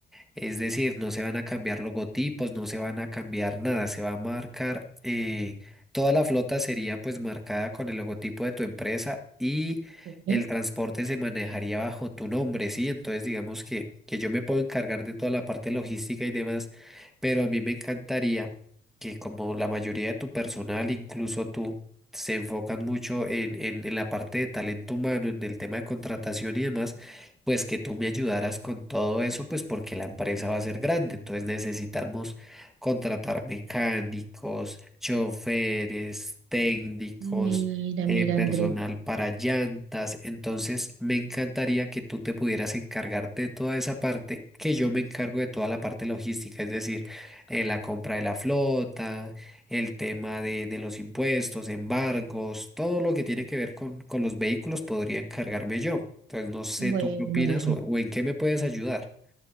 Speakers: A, in the centre; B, on the right (about 85°).
A: Es decir, no se van a cambiar logotipos, no se van a cambiar nada, se va a marcar, eh, toda la flota sería pues marcada con el logotipo de tu empresa y
B: Ok.
A: el transporte se manejaría bajo tu nombre, ¿sí? Entonces digamos que, que yo me puedo encargar de toda la parte logística y demás, pero a mí me encantaría que como la mayoría de tu personal, incluso tú, se enfocan mucho en, en en la parte de talento humano, en el tema de contratación y demás pues que tú me ayudaras con todo eso, pues porque la empresa va a ser grande, entonces necesitamos contratar mecánicos, choferes, técnicos,
B: Mira,
A: eh,
B: mira,
A: personal
B: Andrés.
A: para llantas, entonces me encantaría que tú te pudieras encargarte de toda esa parte, que yo me encargo de toda la parte logística, es decir, eh, la compra de la flota el tema de, de los impuestos, embargos, todo lo que tiene que ver con, con los vehículos podría encargarme yo. Entonces, no sé
B: Bueno,
A: tú qué opinas
B: bueno.
A: o, o en qué me puedes ayudar.